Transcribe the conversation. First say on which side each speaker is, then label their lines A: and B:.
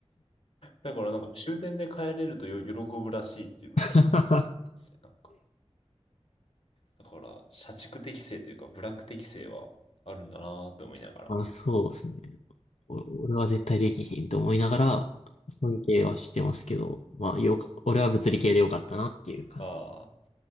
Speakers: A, on the left; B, on the left.
A: だからなんか終電で帰れるとよ喜ぶらしいっていうのを聞いてま
B: <laughs>
A: すね、なんか。だから、社畜適性というか、ブラック適性はあるんだなーって思いながら。
B: あ、そうですね。お俺は絶対できひんと思いながら、尊敬はしてますけど、まあ、よか、俺は物理系でよかったなっていう感じ。
A: ああー。